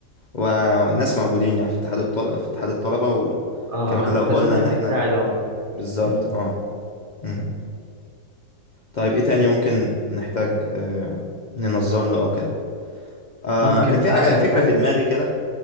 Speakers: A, on the left; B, on the right.
A: والناس موجودين يعني في اتحاد الطلبة في اتحاد الطلبة وكمان
B: اه
A: لو
B: الناس
A: قلنا
B: بتحب
A: ان احنا
B: تساعد اهو
A: بالظبط
B: مم.
A: اه مم. طيب ايه تاني ممكن نحتاج آه، ننظم له او كده آه،
B: ممكن
A: كان في
B: بقى
A: حاجة
B: نحتاج
A: فكرة في دماغي كده